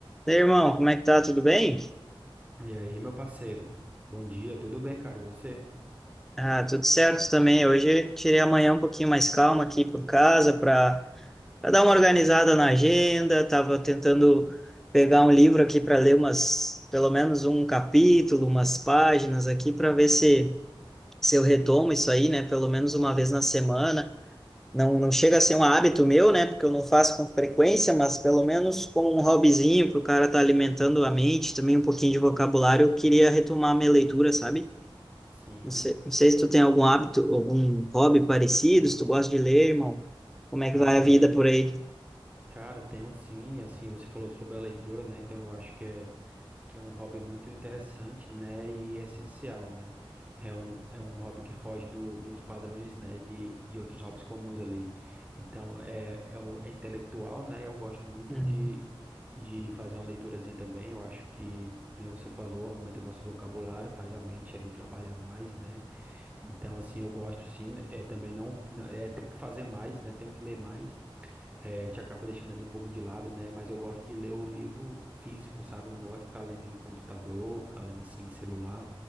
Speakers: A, in the centre; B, on the right (about 15°).
A: E aí, irmão, como é que tá? Tudo bem?
B: E aí, meu parceiro? Bom dia, tudo bem, cara? E você?
A: Ah, tudo certo também. Hoje tirei amanhã um pouquinho mais calma aqui por casa para dar uma organizada na agenda. Tava tentando pegar um livro aqui para ler umas, pelo menos um capítulo, umas páginas aqui para ver se, se eu retomo isso aí, né? Pelo menos uma vez na semana. Não, não chega a ser um hábito meu, né? Porque eu não faço com frequência, mas pelo menos como um hobbyzinho para o cara estar alimentando a mente, também um pouquinho de vocabulário, eu queria retomar a minha leitura, sabe?
B: Sim,
A: Não sei, não sei se tu tem algum hábito, algum hobby parecido, se tu gosta de ler, irmão. Como é
B: cara,
A: que vai a vida
B: le-
A: por aí?
B: Cara, tenho sim, e assim, você falou sobre a leitura, né? Então eu acho que é, que é um hobby muito interessante, né? E essencial, né? É um, é um hobby que foge do- dos padrões, né? De, de outros hobbies comuns ali. Então é, é, o- é intelectual, né? Eu gosto muito
A: Uhum,
B: de, de fazer uma leiturazinha também. Eu acho que, nem você falou, aumenta nosso vocabulário, faz a mente ali trabalhar mais, né? Então, assim, eu gosto sim, né, é, também não, não- é, tenho que fazer mais, né? Tenho que ler mais. É, a gente acaba deixando ele um pouco de lado, né? Mas eu gosto de ler o livro físico, sabe? Eu não gosto de ficar lendo em computador, ficar lendo assim em celular.